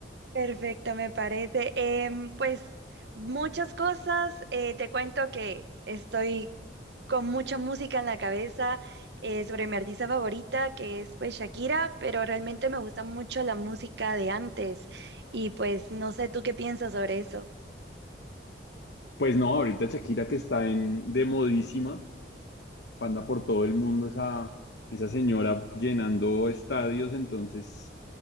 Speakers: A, on the right (about 65°); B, on the left (about 70°).
A: Perfecto, me parece. Em, pues muchas cosas. Eh, te cuento que estoy con mucha música en la cabeza eh, sobre mi artista favorita, que es pues Shakira, pero realmente me gusta mucho la música de antes y pues no sé tú qué piensas sobre eso.
B: Pues no, ahorita Shakira que está en de modísima, panda por todo el mundo, esa, esa señora llenando estadios, entonces